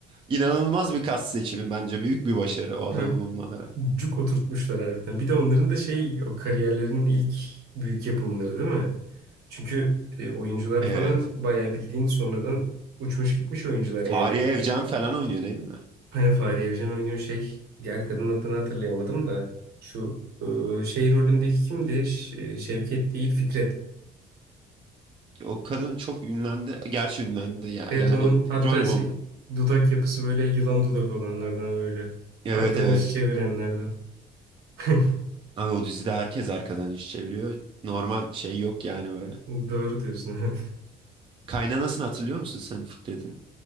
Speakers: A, on the right (about 30°); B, on the right (about 70°).
A: İnanılmaz bir kas seçimi bence büyük bir başarı o adamı
B: hep
A: bulmaları.
B: Cuk oturtmuşlar harbiden. Bir de onların da şey o kariyerlerinin ilk büyük yapımları değil mi? Çünkü e, oyuncular
A: Evet.
B: falan bayağı bildiğin sonradan uçmuş gitmiş oyuncular
A: Fahriye
B: yani.
A: Evcen falan oynuyor değil mi?
B: He, Fahriye Evcen oynuyor şey. Diğer kadının adını hatırlayamadım da. Şu e, şey rolündeki kimdi? Ş- e, Şevket değil Fikret.
A: O kadın çok ünlendi. Gerçi ünlendi ya.
B: Evet
A: Yani
B: onun hatta
A: rol
B: şey
A: buldu.
B: dudak yapısı böyle yılan dudak olanlardan böyle.
A: Evet
B: Arkadan
A: evet
B: iş çevirenlerden. <laughs>
A: Abi o dizide herkes arkadan iş çeviriyor. Normal şey yok yani böyle.
B: Doğru diyorsun evet.
A: Kaynanasını hatırlıyor musun sen Fikret'in?